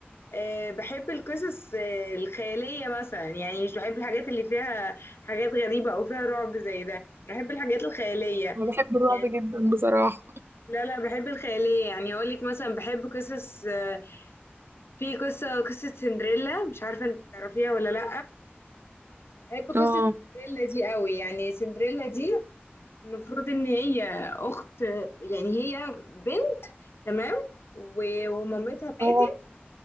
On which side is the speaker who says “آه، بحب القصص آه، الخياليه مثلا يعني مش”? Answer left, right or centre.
Left